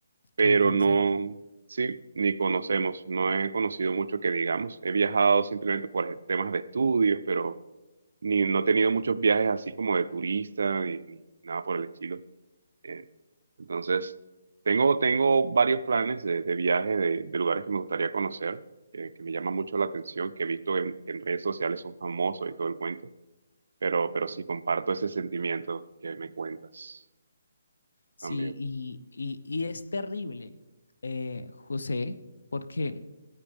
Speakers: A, on the right; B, on the left.
A: pero
B: que ni conocemos?
A: no, sí, ni conocemos, no he conocido mucho que digamos. He viajado simplemente por e, temas de estudio, pero ni, no he tenido muchos viajes así como de turista ni ni nada por el estilo. Eh, entonces, tengo, tengo varios planes de, de viaje, de, de lugares que me gustaría conocer, que, que me llaman mucho la atención, que he visto en, en redes sociales, son famosos y todo el cuento, pero, pero sí comparto ese sentimiento que me cuentas
B: Sí,
A: también.
B: y, y- y es terrible, eh, José, porque